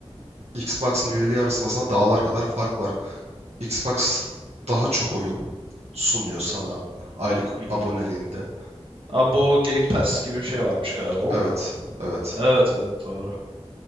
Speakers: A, on the right; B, on the right.
A: Xbox'ın üyeliği arasında sana dağlar kadar fark var. Xbox daha çok oyun sunuyor sana aylık
B: Hı hı.
A: aboneliğinde.
B: Aa, bu Game Pass gibi bir şey varmış galiba o
A: Evet.
B: mu?
A: Evet.
B: Evet evet doğru.